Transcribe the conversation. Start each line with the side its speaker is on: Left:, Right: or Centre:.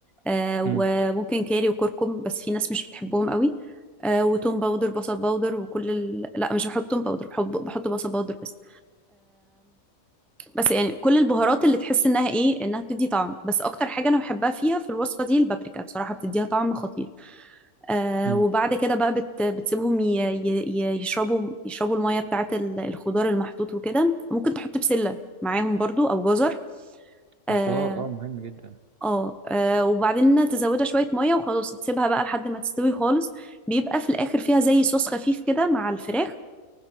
Centre: آه، وممكن
Right: مم.
Centre: كاري وكركم بس في ناس مش بتحبهم قوي آه، وتوم باودر بصل باودر وكل ال... لا مش بحط توم باودر بحط بحط بصل باودر بس بس يعني كل البهارات اللي تحس انها ايه انها بتدي طعم بس اكتر حاجه انا بحبها فيها في الوصفه دي البابريكا بصراحه بتديها طعم خطير آه
Right: مم.
Centre: وبعد كده بقى بت بتسيبهم ي ي ي- يشربوا يشربوا الميه بتاعه ال- الخضار المحطوط وكده ممكن تحط بسله معاهم برضو او جزر اه
Right: الخضار اه مهم جدا
Centre: اه آه، وبعدين تزودها شويه ميه وخلاص تسيبها بقى لحد ما تستوي خالص بيبقى في الاخر فيها زي صوص خفيف كده مع الفراخ